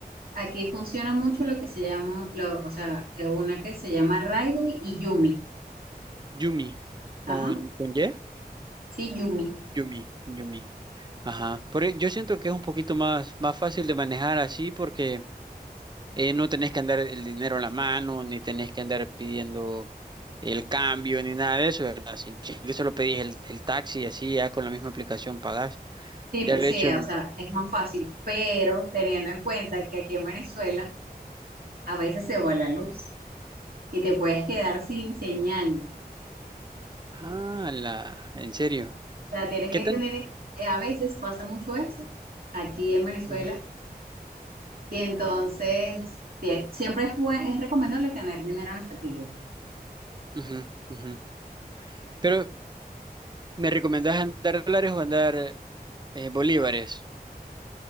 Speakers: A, on the right; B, on the right.
A: Aquí funciona mucho lo que se llama, lo- o sea, eh, una que se llama Raidly y Yumi.
B: Yumi
A: Ajá,
B: con, con Y?
A: sí, Yumi.
B: Yumi, Yumi. Ajá. Por, e- yo siento que es un poquito más, más fácil de manejar así porque Eh, no tenés que andar el dinero en la mano, ni tenés que andar pidiendo el cambio, ni nada de eso, ¿verdad? Si, si que solo pedís el, el taxi y así, ya con la misma aplicación pagás.
A: Sí,
B: Ya
A: pe-
B: lo
A: sí,
B: he hecho en...
A: o sea, es más fácil, pero teniendo en cuenta que aquí en Venezuela a veces se va la luz y te puedes quedar sin señal.
B: Ah, la... ¿En serio?
A: O sea, tienes
B: ¿Qué
A: que
B: tan...?
A: tener, eh, a veces pasa mucho eso aquí en Venezuela
B: Ujú,
A: y entonces tie- siempre es, bue- es recomendable tener dinero en efectivo.
B: ujú, ujú. Pero, ¿me recomendás andar dólares o andar eh, bolívares?